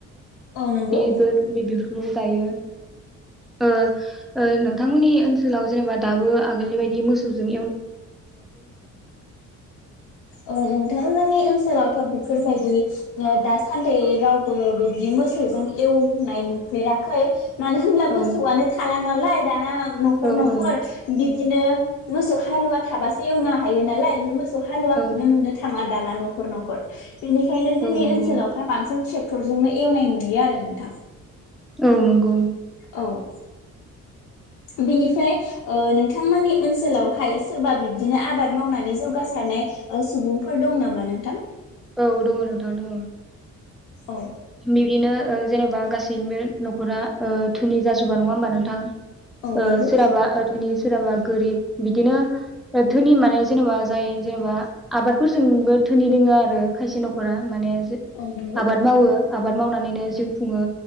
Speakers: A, on the left; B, in the centre.
A: नंगौ
B: बेदर बेदर औ गायो ओ ओ नोंथांमोननि ओनसोलाव जेनेबा दाबो आगोलनि बायदि मोसौजों
A: ओ नोंथाङा जोंनि ओनसोलावथ बेफोरबायदि ओ दासान्दि रावबो बिदि मोसौजों एवनाय नुफेराखै मानो होनब्ला
B: औ
A: मोसौआनो थाला नालाय दाना नखर
B: औ
A: नखर
B: औ
A: बि दिनो मोसौ हालुवा थाबासो एवनो हायो नालाय मो सौ हालुवखौनो
B: औ
A: नुनो थाङा दाना नखर नखर। बेनिखायनो जोंनि
B: औ नंगौ
A: ओनसोलावहाय बांसिन ट्रेक टरजोंनो एवनाय नुयो आरो नोंथां।
B: औ नंगौ।
A: औ। बिनिफ्राय ओ नोंथांमोननि ओनसोलावहाय सोरबा बिब्दिनो आबाद मावनानै जौगासारनाय सुबुंफोर दं नामा नोंथां?
B: औ दङ नोंथां दङ
A: औ।
B: बिब्दिनो ओ जेन'बा गासैनिबो नखरा ओ धोनि जाजोबा नङा होमबा नोंथां।
A: औ
B: ओ
A: नंगौ
B: सोरहाबा ओ‌ धोनि सोरहाबा गोरिब बिदिनो धोनि माने जेनेबा जाय जेनेबा आबादफोरजोंबो धोनि रोङो आरो खायसे नखरा माने
A: औ नंगौ
B: आबाद मावो। आबाद मावनानैनो जिउ खुङो